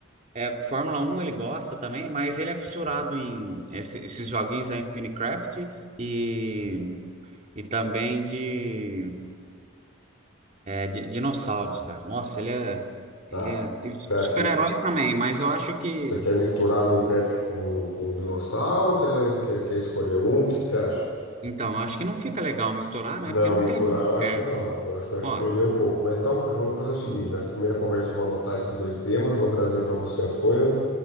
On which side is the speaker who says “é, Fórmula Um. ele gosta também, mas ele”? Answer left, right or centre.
Right